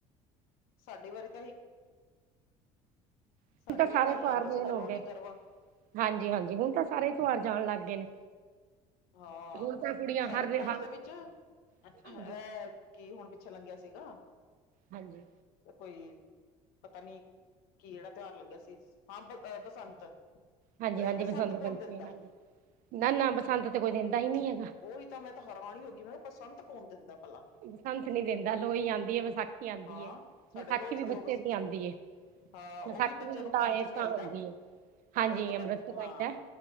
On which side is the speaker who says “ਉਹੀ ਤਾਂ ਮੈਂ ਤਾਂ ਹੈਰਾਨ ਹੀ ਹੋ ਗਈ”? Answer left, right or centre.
Left